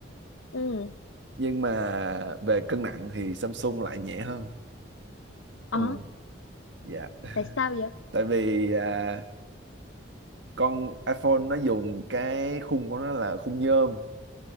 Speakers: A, on the left (about 85°); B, on the right (about 65°).
A: ừ
B: nhưng mà về cân nặng thì Samsung lại nhẹ hơn ồ
A: ờ
B: dạ
A: tại sao vậy
B: tại vì à, con iPhone nó dùng cái khung của nó là khung nhôm